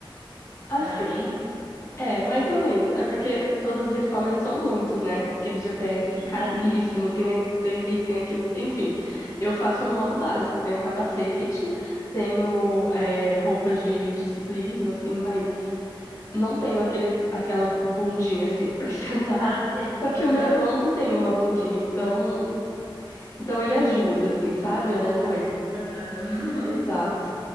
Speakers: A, on the right; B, on the left.
A: aparamentos.
B: assim. É, mais ou menos. É porque todos os equipamentos são muitos, né? Tem aquele GPS
A: Uhum.
B: caríssimo, tem, a- tem isso, tem aquilo. Enfim, eu faço no modo básico. Tenho capacete, tenho é, roupa de, de ciclismo, assim, mas não tenho aquele, aquela bundinha, assim, <laughs> pra sentar.
A: Ah, sei.
B: Só que
A: Aham.
B: o meu banco tem uma bundinha, então, então ele
A: Uhum.
B: ajuda, assim, sabe? A não
A: Vai ficar
B: doer.
A: mais confortável. <laughs>
B: Exato.